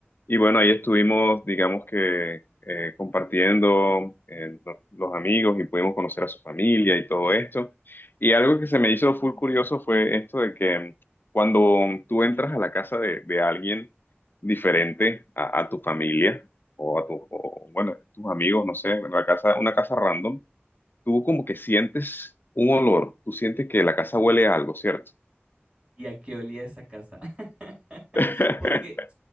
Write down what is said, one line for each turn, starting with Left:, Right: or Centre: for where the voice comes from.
Left: y bueno, ahí estuvimos, digamos que eh, compartiendo eh, los los amigos y pudimos conocer a su familia y todo esto. Y algo que se me hizo full curioso fue esto de que cuando tú entras a la casa de, de alguien diferente a, a tu familia o a tu, o, bueno, tus amigos, no sé, una casa, una casa random, tú como que sientes un olor, tú sientes que la casa huele a algo, ¿cierto?
Right: ¿Y a qué olía esa casa? <laughs>
Left: <laughs>
Right: Porque